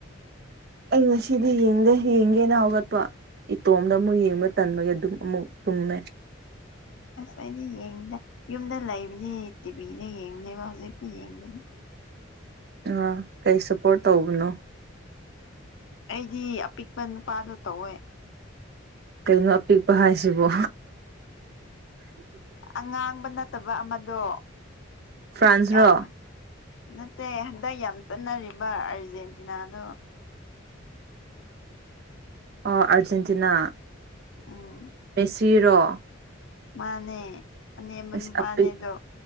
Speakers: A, on the right; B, on the left.
A: ꯑꯩ ꯉꯁꯤꯗꯤ ꯌꯦꯡꯗꯦ ꯌꯦꯡꯒꯦꯅ ꯍꯧꯒꯠꯄ ꯏꯇꯣꯝꯗ ꯑꯃꯨꯛ ꯌꯦꯡꯕ ꯇꯟꯕꯒꯤ ꯑꯗꯨꯝ ꯑꯃꯨꯛ ꯇꯨꯝꯃꯦ
B: ꯑꯁ ꯍꯥꯏꯗꯤ ꯌꯦꯡꯗ ꯌꯨꯝꯗ ꯂꯩꯕꯗꯤ ꯇꯤꯚꯤꯗ ꯌꯦꯡꯅꯦꯕ ꯍꯧꯖꯤꯛꯇꯤ ꯌꯦꯡꯗꯅꯦ
A: ꯑ ꯀꯩ ꯁꯞꯄꯣꯔꯠ ꯇꯧꯕꯅꯣ
B: ꯑꯩꯗꯤ ꯑꯄꯤꯛꯄ ꯅꯨꯄꯥꯗꯣ ꯇꯧꯋꯦ
A: ꯀꯩꯅꯣ ꯑꯄꯤꯛꯄ ꯍꯥꯏꯁꯤꯕꯣ
B: ꯑꯉꯥꯡꯕ ꯅꯠꯇꯕ ꯑꯃꯗꯣ
A: ꯐ꯭ꯔꯥꯟꯁꯔꯣ
B: ꯌꯥꯝ ꯅꯠꯇꯦ ꯍꯟꯗꯛ ꯌꯥꯝ ꯆꯠꯅꯔꯤꯕ ꯑꯥꯔꯖꯦꯟꯇꯤꯅꯥꯗꯣ
A: ꯑꯣ ꯑꯔꯖꯦꯟꯇꯤꯅꯥ
B: ꯎꯝ
A: ꯃꯦꯛꯁꯤꯔꯣ
B: ꯃꯥꯅꯦ ꯑꯅꯦꯝꯕ ꯅꯨꯄꯥꯅꯦꯗꯣ
A: ꯑꯄꯤꯛ